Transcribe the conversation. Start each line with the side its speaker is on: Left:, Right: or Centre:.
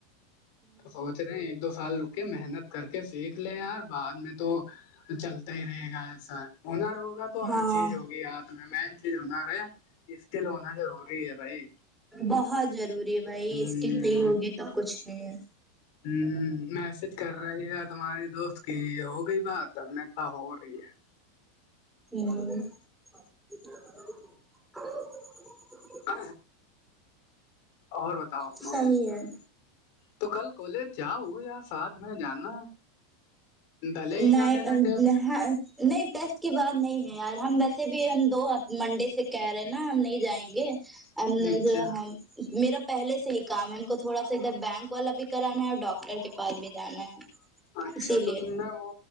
Left: تو سوچ ایک دو سال رک کے محنت کر کے سیکھ لے یار بعد میں تو چلتا ہی رہے گا ہونر وگا تو
Centre: ہاں
Left: ہر چیز ہوگی ہاتھ میں مین چیز ہونر ہے اسکل ہونا ضروری ہے بھائی
Centre: بہت ضروری بھائی
Left: ہوں
Centre: اسکیل نہیں ہوگی سب کچھ نہیں ہے
Left: ہ میسج کر رہی ہے تمہاری دوست کی ہو گئی بات ا میں کہا ہو رہی ہے
Centre: ہوں
Left: ہ اور بتاؤ اپنامی
Centre: صحیح ہے
Left: تو کل کالج جاؤ یا ساتھ میں جانا بھلے ہی
Centre: نہیں
Left: نہ دینا ٹیسٹ
Centre: نہیں ٹیسٹ کی بات نہیں ہے یار ہم ویسے بھی ہم دوپ منڈے سے کہہ رہے ہیں نا ہم نہیں جائیں گے نے
Left: اچھا
Centre: جو ہاں میرا پہلے سے ہی کام ہے ہم کو تھوڑا سا ادھر بینک والا بھی کرانا ہے اور ڈاکٹر کے پاس بھی جانا ہے
Left: اچھا
Centre: اسی
Left: تو
Centre: لیے
Left: تم نے وہ